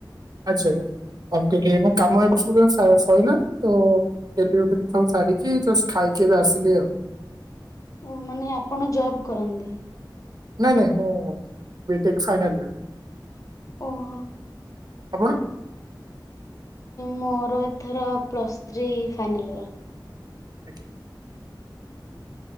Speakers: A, on the right; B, on the left.
A: ଆଛା। ଆଉ କହିଲି ମୋ କାମ ଏବେ ସବୁ ସଇଲା ଡେଲି ରୋଟିନ ସବୁ ସାରିକି ଜଷ୍ଟ ଖାଇକି ଏବେ ଆସିଲି ଆଉ।
B: ଓ ମାନେ ଆପଣ ଜବ୍ କରନ୍ତି?
A: ନାଇଁ ନାଇଁ ମୁଁ ବି ଟେକ ଫାଇନାଲ ଇଅର।
B: ଓହୋ
A: ଆପଣ?
B: ମୋର ଏଥର ପ୍ଲସ୍ ଥ୍ରୀ ଫାଇନାଲ୍ ଇୟର।
A: ଆଜ୍ଞା।